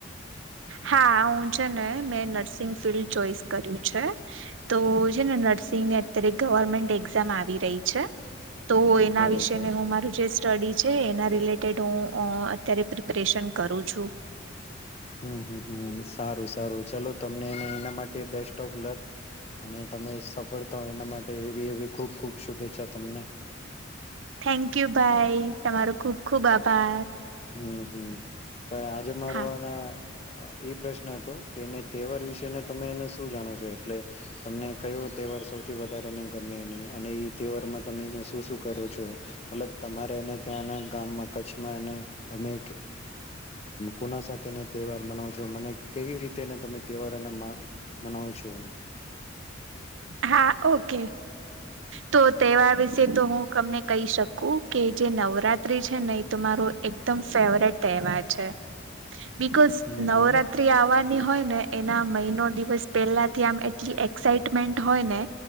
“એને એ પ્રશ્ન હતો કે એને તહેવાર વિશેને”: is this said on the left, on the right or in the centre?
Left